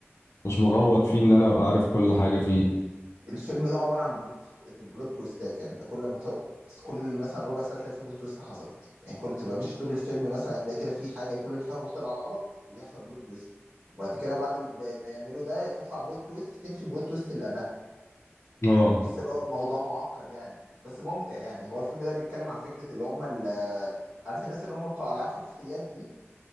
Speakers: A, on the left; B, on the right.
A: مش مغوط فيه ان انا ابقى عارف كل حاجة فيه
B: الفيلم ده عباره عن بلوت بلوت تويستات يعني انت كل ما ت- كل مثلا ربع ساعه تلاقي في بلوت تويست حصلت يعني كل تبقى ماشي طول الفيلم مثلا تلاقي كده في حاجه كل اللي فاهمه طلع غلط ويحصل بلوت تويست وبعد كده بعد ال- ما يعملوا ده تطلع بلوت تويست تنفي البلوت تويست اللي قبلها
A: اه
B: تحس ان هو الموضوع معقد يعني بس ممتع يعني هو الفيلم ده بيتكلم عن فكره اللي هم ال- عارف الناس اللي هم بتوع العاب خفة اليد دي